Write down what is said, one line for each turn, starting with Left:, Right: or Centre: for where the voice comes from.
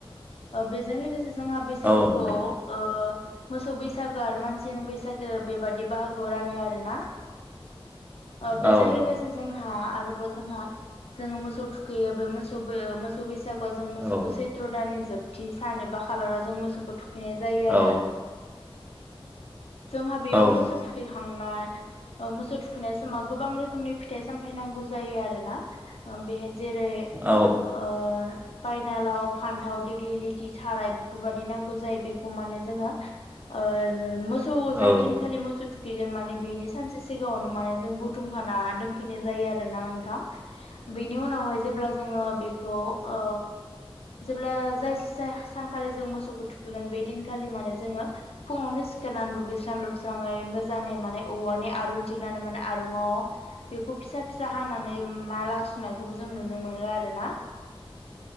Left: बेजों लोगोसे जोंहा बैसागुखौ
Right: औ नोंथां
Left: ओ मोसौ बैसागो आरो मानसिनि बैसागो बेबादि बाहागोआव रानो आरो ना। ओ बेजों
Right: औ
Left: लोगोसे जोंहा आरो जोंहा जोङो मोसौ थुखैयो बे मोसौ ओ मोसौ बैसागुआव जों मोसौखौ
Right: औ
Left: सैथ्र दाननि जोबथि सान एबा खालाराव जों मोसौखौ थुखैनाय जायो
Right: औ
Left: आरो। जोंहा बेयाव
Right: औ
Left: मोसौ थुखैखां- ना ओ मोसौ थुखैनाय समाव गोबां रोखोमनि फिथाइ-सामथाइ नांगौ जायो आरो ना। ओ बेहाय जेरै-
Right: औ
Left: ओ पाइनालाव, फान्थाव, दिग- लिति, थाराइ, बेफोरबादि नांगौ जायो। बेखौ माने जोंङो ओ मो- सौ जाय
Right: औ
Left: दिनखालि मोसौ थुखैगोन माने बेनि सानसे सिगाङावनो माने जों बुथुमखाना दोनफैनाय जायो आरोना नोंथां। बेनि उनावहाय जेब्ला जोंङो बेखौ ओ जेब्ला जाय सानखालि जों मोसौखौ थुखैगोन बे दिनखालि माने जोंङो फुङावनो सिखारनानै दुगैस्रां-लोब- स्राङै मोजाङै माने औवानि आरुं जिरनानै माने आरुङाव बेखौ फिसा फिसा हानानै माला सुनायखौबो जों नुनो मोनो आरो ना।